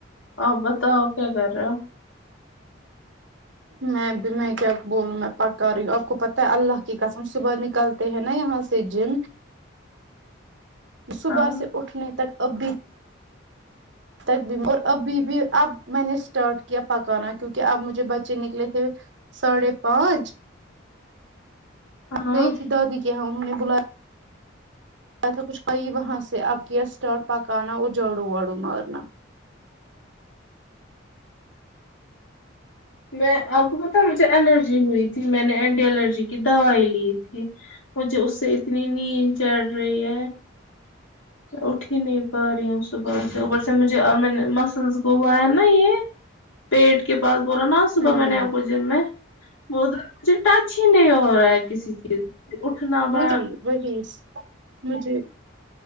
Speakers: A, on the left; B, on the right.
A: آپ بتاؤ کیا کر رہے ہو
B: میں میں کیا بولوں میں پ ک ی آپ کو پتہ ہے اللہ کی قسم صبح نکلتے ہیں نا یہاں سے جم صبح
A: ہاں
B: سے اٹھنے تک اب بھی ت اور ابھی بھی اب میں نے اسٹارٹ کیا پکانا کیونکہ اب مجھے بچے نکلے تھے ساڑھے پانچ
A: ہاں
B: گئی تھی دو دی کے ہم انہوں نے بلایا تھا کچھ کئی وہاں سے اب کیا اسٹارٹ پکانا اور جاڑو واڑو مارنا
A: میں آپ کو پتا مجھے الرجی ہوئی تھی میں نے اینٹی الرجی کی دوائی لی تھی مجھے اس سے اتنی نیند چڑھ رہی ہے اٹھی نہیں پا رہی ہوں صبح سے اوپر سے مجھے م سنس گووا ہے نا یہ پیٹ کے پاس بولا نا آج صبح
B: ہوں
A: میں نے آپ کو جم میں م مجے تچ ہی نہیں ہو رہا ہے کسی چیز سے اٹھنا ب
B: مریی مرییس مجھے